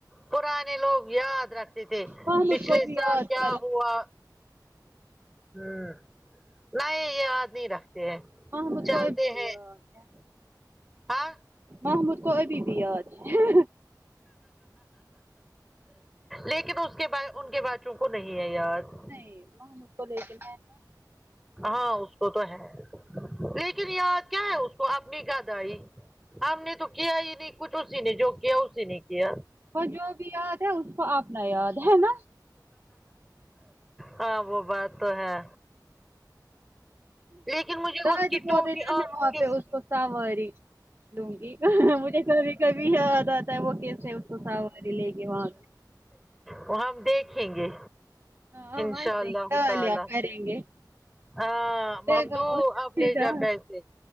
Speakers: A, in the centre; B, on the right.
A: پرانے لوگ یاد رکھ تیتہاک
B: محمود
A: پچھلے
B: کو بھی
A: سال
B: یاد
A: کیا
B: کرو
A: ہوا ہوں نہیں یہ یاد نہیں رکھتے ہیں
B: ہا مجھ
A: چلتے
B: کو ابھی بھی
A: ہیں
B: یاد ہے
A: ہاں
B: ہا مجھ کو ابھی بھی یاد ہے
A: لیکن اس کے بائے ان کے بچوں کو نہیں ہے یاد
B: نہیں محمد کو لے کے ہے نہ
A: ہاں اس کو تو ہے لیکن یاد کیا ہے اس کو آپ نے گدھے اے ہم نے تو کیا ہی نہیں کچھ اسی نہیں جو کیا اسی نہیں کیا
B: اور جو بھی یاد ہے اس کو اپنا یاد ہے نا
A: ہاں وہ بات تو ہے لیکن مجھے
B: دادی
A: اس کی
B: پورانہ
A: ٹوپی آنکھوں
B: میں وہاں
A: کے
B: پہ اس کو ساواری لوں گی کہ مجھے کبھی کبھی یاد آتا ہے وہ کیسے کو سواری لے گی وہاں پہ
A: وہ ہم دیکھیں گے
B: ہاں
A: انشاء
B: مست
A: اللہ ہو
B: گالیاں
A: تعالی
B: کریں گے
A: ہاں ممدو
B: دیکھو وہ
A: اب
B: سیدھا
A: لے جا پیسے